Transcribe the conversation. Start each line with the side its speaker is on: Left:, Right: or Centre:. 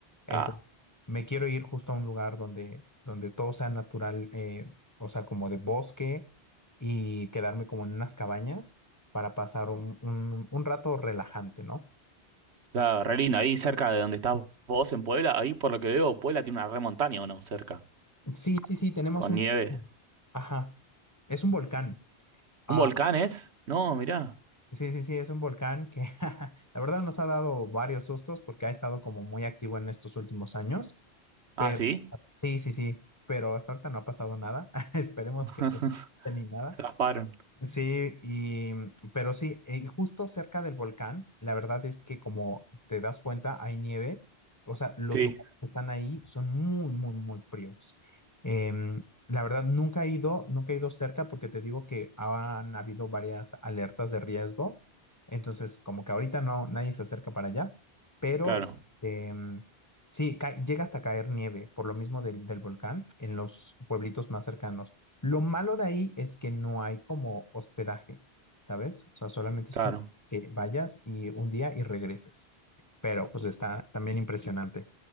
Left: Entonces,
Right: Ah,
Left: me quiero ir justo a un lugar donde, donde todo sea natural, eh, o sea, como de bosque y quedarme como en unas cabañas para pasar un, un, un rato relajante, ¿no?
Right: Claro, re lindo. Ahí cerca de donde estás vos en Puebla, ahí por lo que veo, Puebla tiene una re montaña o no, cerca,
Left: Sí, sí, sí, tenemos
Right: con
Left: un...
Right: nieve.
Left: Ajá, es un volcán. Ah,
Right: ¿Un volcán es? No, mirá.
Left: sí, sí, sí, es un volcán que <laughs> la verdad nos ha dado varios sustos porque ha estado como muy activo en estos últimos años. pero
Right: Ah, sí.
Left: Sí, sí, sí, pero hasta ahorita no ha pasado nada. <laughs> Esperemos
Right: <laughs>
Left: que no pase ni nada.
Right: se Zafaron.
Left: Sí, y, pero sí, eh, y justo cerca del volcán, la verdad es que como te das cuenta, hay nieve, o sea, los
Right: Sí,
Left: lugares que están ahí son muy, muy, muy fríos. Em, la verdad, nunca he ido, nunca he ido cerca porque te digo que han habido varias alertas de riesgo, entonces como que ahorita no, nadie se acerca para allá, pero
Right: claro,
Left: este, em, sí, ca- llega hasta caer nieve por lo mismo del del volcán en los pueblitos más cercanos. Lo malo de ahí es que no hay como hospedaje, ¿sabes? O sea, solamente
Right: claro.
Left: es como que vayas y un día y regreses. Pero pues está también impresionante.